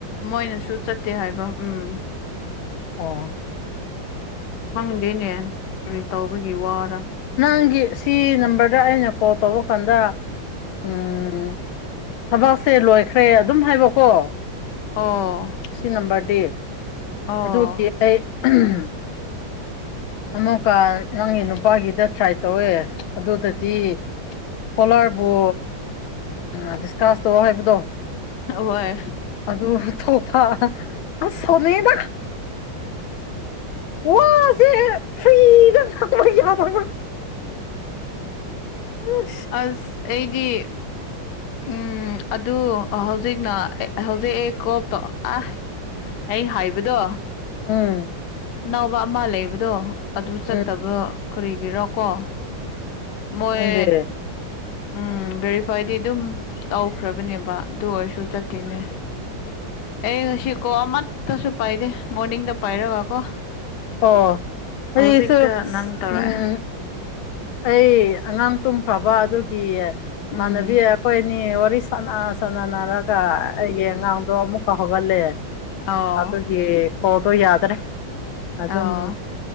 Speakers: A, on the left; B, on the left.
A: ꯃꯣꯏꯅꯁꯨ ꯆꯠꯇꯦ ꯍꯥꯏꯕ ꯎꯝ
B: ꯑꯣ
A: ꯈꯪꯗꯦꯅꯦ ꯀꯔꯤ ꯇꯧꯕꯒꯤ ꯋꯥꯔꯥ
B: ꯅꯪꯒꯤ ꯁꯤ ꯅꯝꯕꯔꯗ ꯑꯩꯅ ꯀꯣꯜ ꯇꯧꯕ ꯀꯥꯟꯗ ꯎꯝ ꯊꯕꯛꯁꯦ ꯂꯣꯏꯈ꯭ꯔꯦ ꯑꯗꯨꯝ ꯍꯥꯏꯕꯀꯣ
A: ꯑꯣ
B: ꯁꯤ ꯅꯝꯕꯔꯗꯤ
A: ꯑꯣ
B: ꯑꯗꯨꯀꯤ ꯑꯩ ꯎꯝ ꯑꯃꯨꯛꯀ ꯅꯪꯒꯤ ꯅꯨꯄꯥꯒꯤꯗ ꯇ꯭ꯔꯥꯏ ꯇꯧꯋꯦ ꯑꯗꯨꯗꯗꯤ ꯀꯣꯂꯔꯕꯨ ꯑ ꯗꯤꯁꯀꯥꯁ ꯇꯧ ꯍꯥꯏꯕꯗꯣ
A: ꯍꯣꯏ
B: ꯑꯗꯨ ꯍꯥꯊꯣꯛꯄꯥ ꯑꯁ ꯁꯥꯎꯅꯤꯡꯏꯗꯥ ꯋꯥꯖꯦ ꯐ꯭ꯔꯤꯗ <unintelligible> ꯎꯝ
A: ꯑꯁ ꯑꯩꯗꯤ ꯎꯝ ꯑꯗꯨ ꯍꯧꯖꯤꯛꯅ ꯍꯧꯖꯤꯛ ꯑꯩ ꯀꯣꯜ ꯇꯧ ꯑꯥ ꯑꯩ ꯍꯥꯏꯕꯗꯣ
B: ꯎꯝ
A: ꯑꯅꯧꯕ ꯑꯃ ꯂꯩꯕꯗꯣ ꯑꯗꯨ ꯆꯠꯇꯕ
B: ꯎꯝ
A: ꯀꯔꯤꯒꯤꯔꯣ ꯀꯣ ꯃꯣꯏ
B: ꯈꯪꯗꯦ
A: ꯎꯝ ꯚꯦꯔꯤꯐꯥꯏꯗꯤ ꯑꯗꯨꯝ ꯇꯧꯈ꯭ꯔꯕꯅꯦꯕ ꯑꯗꯨ ꯑꯣꯏꯔꯁꯨ ꯗꯨ ꯆꯠꯇꯦꯅꯦ ꯑꯩ ꯉꯁꯤ ꯀꯣ ꯑꯃꯠ ꯇꯁꯨ ꯄꯥꯏꯗꯦ ꯃꯣꯔꯅꯤꯡꯗ ꯄꯥꯏꯔꯒꯀꯣ
B: ꯑꯣ ꯑꯩꯁꯨ
A: ꯍꯧꯖꯤꯛꯇ ꯅꯪ ꯇꯧꯔꯛꯑꯦ
B: ꯎꯝ ꯑꯩ ꯑꯉꯥꯡ ꯇꯨꯝꯈ꯭ꯔꯕ ꯑꯗꯨꯒꯤ ꯏꯃꯥꯟꯅꯕꯤ
A: ꯎꯝ
B: ꯈꯣꯏꯑꯅꯤ ꯋꯥꯔꯤ ꯁꯥꯟꯅ ꯁꯥꯟꯅꯅꯔꯒ ꯑꯩꯒꯤ ꯑꯉꯥꯡꯗꯣ ꯑꯃꯨꯛꯀ ꯍꯧꯒꯠꯂꯦ
A: ꯑꯥꯎ
B: ꯑꯗꯨꯒꯤ ꯀꯣꯜꯗꯣ ꯌꯥꯗ꯭ꯔꯦ ꯑꯗꯨꯝ
A: ꯑꯥꯎ